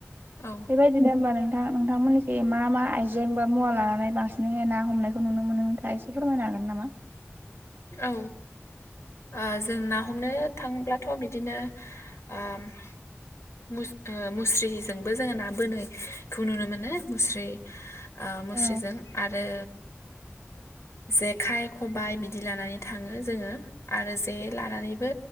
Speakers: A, on the left; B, on the right.
A: औ
B: बेबायदिनो ओमबा नों दा नोंथांमोननिखै मा मा आइजें बा मुवा लानानै बांसिनैहाय ना हमनायखौ नुनो मोनो नोंथाङा एसे फोरमायो हागोन नामा?
A: औ ओ जों ना हमनो थांब्लाथ' बिदिनो ओम मुस मुस्रिजोंबो जोङो ना बोनायखौ नुनो मोनो मुस्रि ओ मुस्रिजों
B: औ
A: आरो जेखाइ खबाय बिदि लानानै थाङो जोङो आरो जे लानानैबो